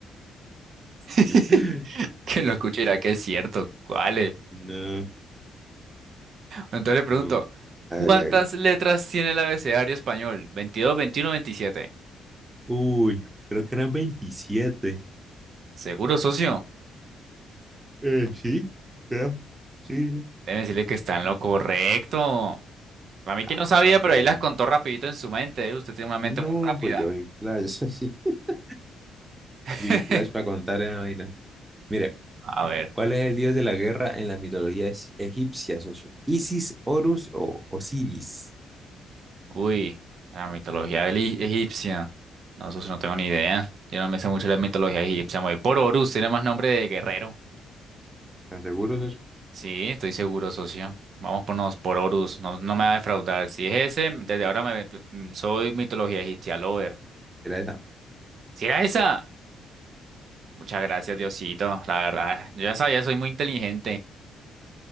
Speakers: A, on the right; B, on the right.
A: <laughs>
B: <laughs>
A: Que lo escuche y dirá que es cierto, ¿cuál es?
B: No.
A: Entonces le pregunto,
B: mm, Hágale,
A: ¿cuántas
B: hágale.
A: letras tiene el abecedario español? 22, 21, 27.
B: Uy, creo que eran veintisiete
A: ¿Seguro, socio?
B: Eh, sí, creo. Sí, sí.
A: Debe decirle que está en lo correcto. Para mí
B: Ah,
A: que no sabía,
B: ¿para qué?
A: pero ahí las contó rapidito en su mente, ¿eh? Usted tiene una
B: No,
A: mente muy rápida.
B: pues yo vi flash, <laughs> sí. Yo
A: <laughs>
B: vi flash para contar esa vaina. Mire,
A: A ver.
B: ¿Cuál es el dios de la guerra en la mitología ex- egipcia, socio? ¿Isis, Horus o Osiris?
A: Uy, la mitología eli- egipcia. No, eso sí no tengo ni idea. Yo no me sé mucho la mitología egipcia. Me voy por Horus, tiene más nombre de guerrero.
B: ¿Estás seguro, socio?
A: Sí, estoy seguro, socio. Vamos por, nos- por Horus, no, no me va a defraudar. Si es ese, desde ahora me, mm, soy mitología egipcia lover.
B: ¿Era esa?
A: ¿Si era esa? Muchas gracias, Diosito. La verdad, yo ya sabía, soy muy inteligente.